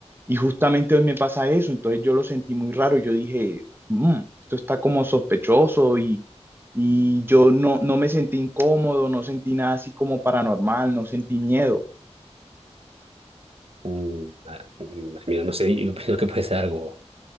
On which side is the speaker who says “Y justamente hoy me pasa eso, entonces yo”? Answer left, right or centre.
Right